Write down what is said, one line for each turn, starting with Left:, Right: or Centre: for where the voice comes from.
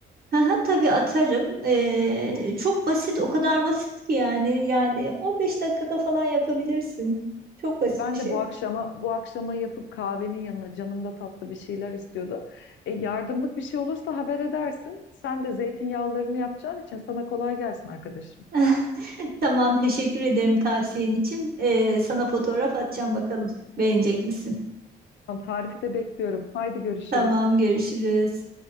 Right: Haha, tabii atarım. Ee, çok basit, o kadar basit ki yani. Yani 15 dakikada falan yapabilirsin. Çok basit
Left: Ben
Right: bir şey.
Left: de bu akşama bu akşama yapıp kahvenin yanına canım da tatlı bir şeyler istiyordu. E, yardımlık bir şey olursa haber edersin. Sen de zeytinyağlarını yapacağın için sana kolay gelsin arkadaşım.
Right: <laughs> Tamam, teşekkür ederim tavsiyen için. Ee, sana fotoğraf atacağım bakalım. Beğenecek misin?
Left: Tamam tarifi de bekliyorum. Haydi görüşürüz.
Right: Tamam, görüşürüz.